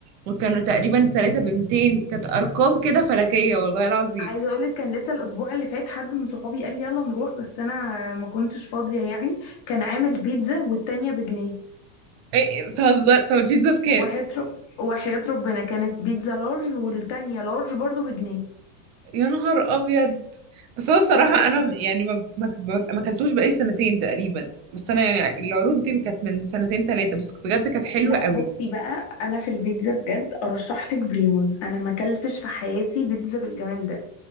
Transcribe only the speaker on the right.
وكانوا تقريبا التلاتة بمتين كانت أرقام كده فلكية والله العظيم
إيه إيه، بتهزر طب البيتزا بكام؟
يا نهار أبيض بس هو الصراحة
أنا
يعني ما ما ما أكلتوش بقالي سنتين تقريبا بس أنا يعني العروض دي كانت من سنتين تلاتة بس بجد كانت حلوة
قوي